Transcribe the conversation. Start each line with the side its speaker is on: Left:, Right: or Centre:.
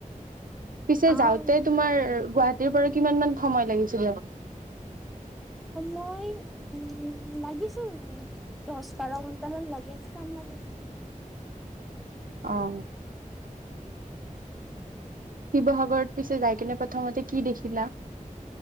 Right: পিছে
Centre: অ
Right: যাওঁতে
Centre: অ
Right: তোমাৰ, ৰ, গুৱাহাটীৰ পৰা কিমানমান সময় লাগিছিলে?
Centre: ময়, উম, লাগিছিল! উম। দশ, বাৰ ঘণ্টামান লাগে। টাইম লাগে।
Right: অহ। শিৱসাগৰত পিছে যাই কেনে প্ৰথমতে কি দেখিলা?